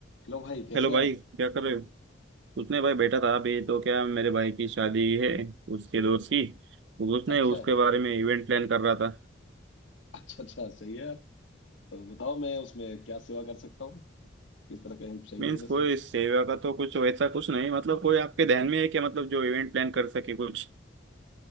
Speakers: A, on the left (about 75°); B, on the right (about 65°).
A: Hello भाई कैसे
B: Hello भाई
A: हैं आप
B: क्या कर रहे हो उसने भाई बैठा था अभी तो क्या मेरे भाई की शादी है उसके दोस्त की तो उसने
A: अच्छा
B: उसके बारे में इवेंट प्लान कर रहा था
A: अच्छा अच्छा सही है आप तो बताओ मैं उसमें क्या सेवा कर सकता हूँ किस तरह का हेल्प चाहिए
B: मीन्स
A: मेरे
B: कोई
A: से
B: सेवा का तो कुछ वैसा कुछ नहीं मतलब कोई आपके ध्यान में है क्या मतलब जो इवेंट प्लान कर सके कुछ